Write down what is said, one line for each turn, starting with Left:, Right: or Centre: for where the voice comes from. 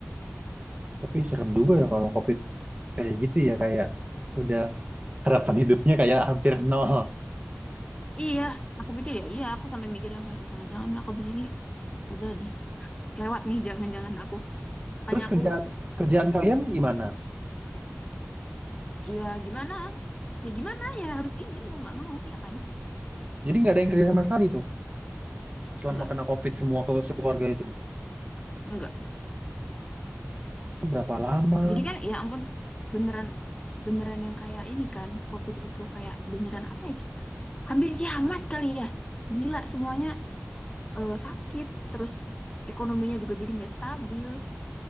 Right: tapi serem juga ya kalau COVID kayak gitu ya kayak udah harapan hidupnya kayak hampir nol
Left: Iya, aku pikir ya, iya aku sampai mikir yang kayak, jangan-jangan aku di sini udah deh. Lewat nih, jangan-jangan aku. Tanya
Right: terus
Left: aku,
Right: kerjaan kerjaan kalian gimana
Left: ya gimana? Ya gimana ya, harus izin mau gak mau, ya kan?
Right: jadi nggak ada yang kerja sama sekali tuh selama
Left: Enggak,
Right: kena COVID semua kalau sekeluarga itu
Left: enggak
Right: Itu berapa lama
Left: Jadi kan ya ampun beneran beneran yang kayak ini kan COVID itu kayak beneran apa ya? Hampir kiamat kali ya. Gila semuanya eh, sakit terus ekonominya juga jadi nggak stabil.